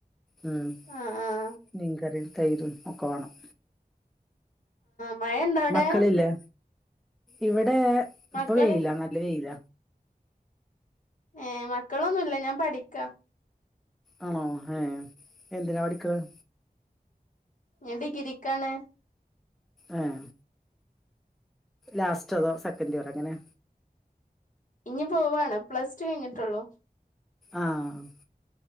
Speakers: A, in the centre; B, on the left (about 55°).
A: ഉം
B: ആഹ് ആഹ്
A: മീൻ കറി തൈരും ഒക്കെ വേണം
B: മഴ എന്താ അവിടെ
A: മക്കളില്ലേ ഇവിടെ
B: മക്കള്
A: ഇപ്പൊ വെയില നല്ല വെയില
B: ഏർ മക്കളൊന്നുമല്ല ഞാൻ പഠിക്ക
A: ആണോ ഹഏ എന്തിനാ പഠിക്കുന്നത്
B: എത കിരിക്കാണ്
A: ആഹ ലാസ്റ്റ് അതോ സെക്കൻഡ് ഇറോ അങ്ങനെ
B: ഇനി പോവാണ് പ്ലസ് ടു കഴിഞ്ഞിട്ടുള്ളോ
A: ആഹ